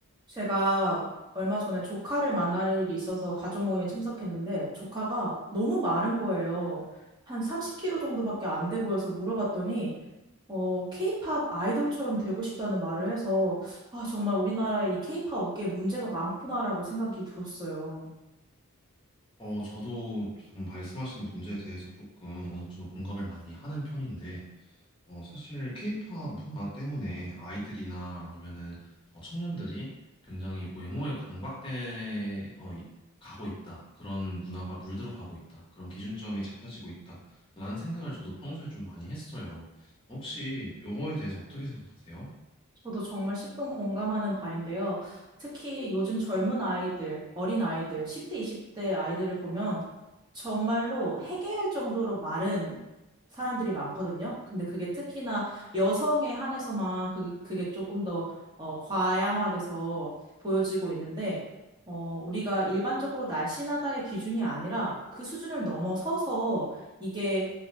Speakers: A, on the right; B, on the left.
A: 제가 얼마 전에 조카를 만날 일이 있어서 가족 모임에 참석했는데 조카가 너무 마른 거예요. 한 30kg 정도밖에 안 돼 보여서 물어봤더니 어, 케이팝 아이돌처럼 되고 싶다는 말을 해서 아, 정말 우리나라의 이 케이팝 업계에 문제가 많구나라고 생각이 들었어요.
B: 어, 저도 좀 말씀하신 문제에 대해서 조금 어느 정도 공감을 많이 하는 편인데, 어, 사실 케이팝 문화 때문에 아이들이나 아니면은 어, 청년들이 굉장히 외모에 광박돼 어, 이- 가고 있다. 그런 문화가 물들어 가고 있다. 그런 기준점이 잡혀지고 있다. 라는 생각을 저도 평소에 좀 많이 했어요. 혹시 요거에 대해서 어떻게 생각하세요?
A: 저도 정말 10분 공감하는 바인데요. 특히 요즘 젊은 아이들, 어린 아이들, 10대, 20대 아이들을 보면 정말로 해괴할 정도로 마른 사람들이 많거든요. 근데 그게 특히나 여성에 한해서만 그게, 그게 조금 더 어, 과양화돼서 보여지고 있는데, 어, 우리가 일반적으로 날씬하다의 기준이 아니라 그 수준을 넘어서서 이게